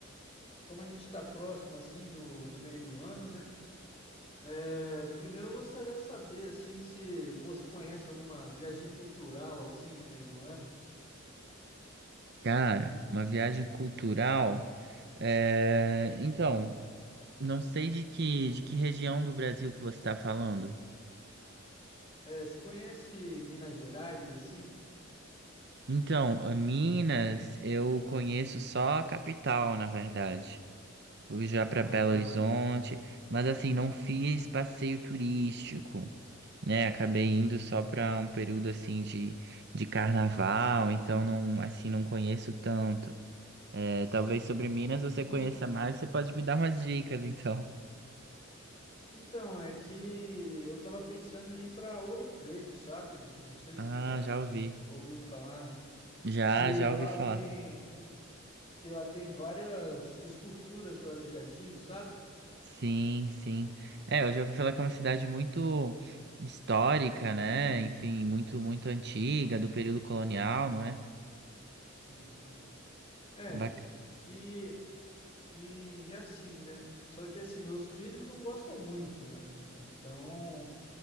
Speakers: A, on the left (about 30°); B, on the right (about 55°).
A: como a gente tá próximo, assim, do, do meio do ano, né? É, primeiro eu gostaria de saber, assim, se você conhece alguma viagem cultural, assim, no meio do ano.
B: Cara, uma viagem cultural. é,
A: Uhum.
B: Então, não sei de que, de que região do Brasil que você está falando.
A: É, se conhece Minas Gerais, assim?
B: Então, a Minas, eu conheço só a capital, na verdade. Fui já para
A: Ah,
B: Belo Horizonte,
A: entendi.
B: mas assim, não fiz passeio turístico, né? Acabei
A: Uhum.
B: indo só para um período assim de, de carnaval, então não, assim, não conheço tanto. É,
A: Sim.
B: talvez sobre Minas você
A: E-
B: conheça mais, você pode me dar umas dicas, então.
A: Então, é que eu tava pensando em ir pra Ouro Preto, sabe? Não sei
B: Ah,
A: se você já
B: já ouvi.
A: ouviu falar
B: Já,
A: que
B: já
A: lá
B: ouvi falar.
A: tem que lá tem várias esculturas do Aleijadinho, sabe?
B: Sim, sim. É, eu já ouvi falar que é uma cidade muito histórica,
A: Hum,
B: né? Enfim, muito,
A: sim.
B: muito antiga, do período colonial, não é?
A: Uhum. É.
B: Bac-
A: E, e e assim, né? Só que assim, meus filhos não gostam muito, né? Então,